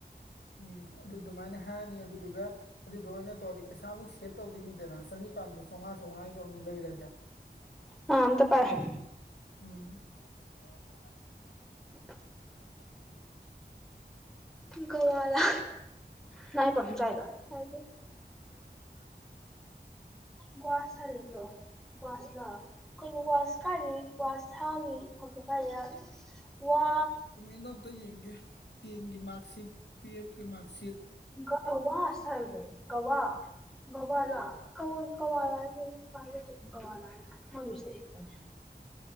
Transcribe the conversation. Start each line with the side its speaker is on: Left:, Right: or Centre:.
Left: ꯎꯝ ꯑꯗꯨ ꯗꯨꯃꯥꯏꯅ ꯍꯥꯏꯔꯅꯤ ꯑꯗꯨꯗꯨꯒ ꯑꯗꯨꯗꯣ ꯑꯣꯏꯅ ꯇꯧꯔꯗꯤ ꯄꯩꯁꯥꯃꯨꯛ ꯁꯦꯚ ꯇꯧꯗꯣꯏꯅꯤꯗꯅ ꯆꯅꯤ ꯄꯥꯟꯗꯣ ꯆꯧꯉꯥ ꯆꯧꯉꯥꯏꯗꯣ ꯑꯃꯨꯛ ꯂꯩꯔꯗꯤ
Centre: ꯑ ꯑꯝꯇ ꯄꯥꯏꯌꯨ
Left: ꯎꯝ <unintelligible>
Centre: <inaudible>
Left: <inaudible>
Centre: ꯒꯋꯥꯂꯥ ꯅꯪ ꯑꯩ ꯄꯥꯐꯤꯝ ꯆꯥꯏꯕ ꯆꯥꯏꯗꯦ
Left: <inaudible>
Centre: ꯒ꯭ꯋꯥ ꯁꯜꯇꯣ ꯒ꯭ꯋꯥꯁꯂꯣ ꯀꯩꯅꯣ ꯒ꯭ꯋꯥꯁ ꯀꯥꯏꯗꯒꯤ ꯒ꯭ꯋꯥꯁ ꯊꯥꯒꯤ <unintelligible> ꯌꯥꯎꯔꯤꯅꯣ ꯋꯥ
Left: ꯀꯩꯅꯣꯝꯇ ꯌꯦꯡꯒꯦ ꯇꯦꯟꯒꯤ ꯃꯥꯛꯁꯤꯠ ꯇꯨꯌꯦꯞꯀꯤ ꯃꯥꯛꯁꯤꯠ
Centre: ꯒ ꯑ ꯋꯥꯁ ꯍꯥꯥꯏꯕꯅꯦ ꯒꯋꯥ ꯒꯋꯥꯂꯥ ꯀꯑꯣꯟ ꯀꯋꯥꯂ ꯍꯥꯏꯕ ꯃꯥꯜꯂꯦ ꯑꯩꯗꯤ ꯒꯋꯥꯂꯥ ꯍꯥꯏꯅ ꯃꯣꯢ ꯃꯤꯁꯅ ꯏꯔꯛꯄꯅꯦ